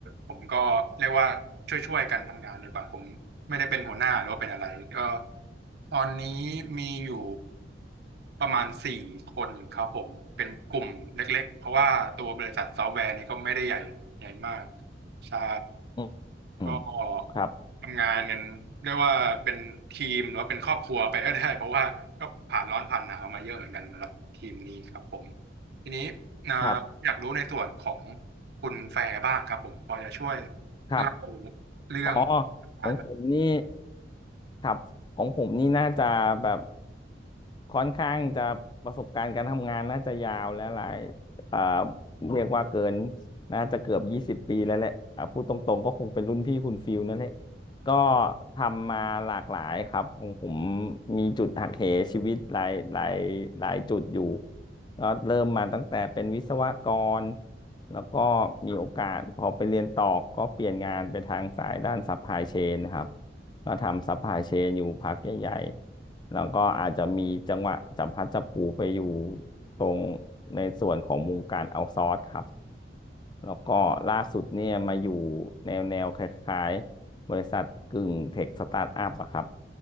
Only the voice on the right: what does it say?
ผมก็เรียกว่าช่วยๆกันทำงานดีกว่าผมไม่ได้เป็นหัวหน้าหรือว่าเป็นอะไรก็ตอนนี้มีอยู่ประมาณสี่คนครับผมเป็นกลุ่มเล็กๆเพราะว่าตัวบริษัทซอฟต์แวร์นี้ก็ไม่ได้ใหญ่ใหญ่มากใช่
ก็
ทำงานกันเรียกว่าเป็นทีมหรือว่าเป็นครอบครัวไปก็ได้เพราะว่าก็ผ่านร้อนผ่านหนาวมาเยอะเหมือนกันสำหรับทีมนี้ครับผมทีนี้นะอยากรู้ในส่วนของ
คุณแฟร์บ้างครับผมพอจะช่วย
เล่าเรื่อง
การมา